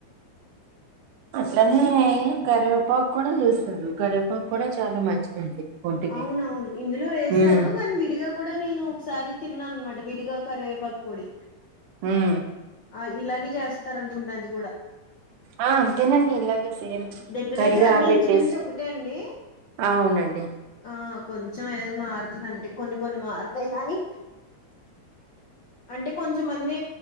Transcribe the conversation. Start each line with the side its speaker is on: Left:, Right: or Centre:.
Right: అట్లనే కరివేపాకు కూడా వేస్తారు కరివేపాకు కూడా చాలా మంచిదండి ఒంటికి
Left: అవునవును ఇందులో వేసారు
Right: ఉమ్
Left: కానీ విడిగా కూడా నేను ఒకసారి తిన్నాను అన్నమాట విడిగా కరివేపాకు పొడి
Right: ఉమ్
Left: ఆ ఇలాగే చేస్తారనుకుంటా అది కూడా
Right: ఆ అంతేనండి ఇది అది సేమ్
Left: దగ్గర
Right: తడిగా
Left: దగ్గర అన్ని
Right: ఆరబెట్టేసి
Left: ఇంచుమించు ఒకటే అండి
Right: అవునండి
Left: ఆ కొంచెం ఏదో మారుతాయండి కొన్ని కొన్ని మారుతాయి గానీ అంటే కొంచెంమంది